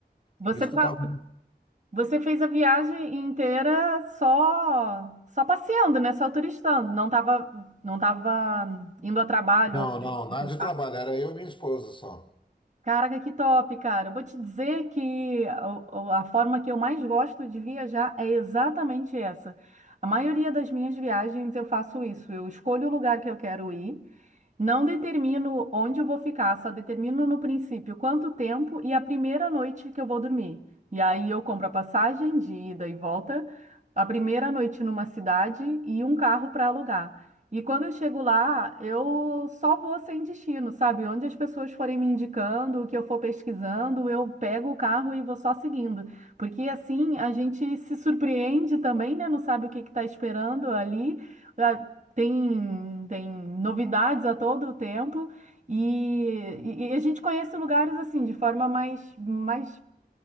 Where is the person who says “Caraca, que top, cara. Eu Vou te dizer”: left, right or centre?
Right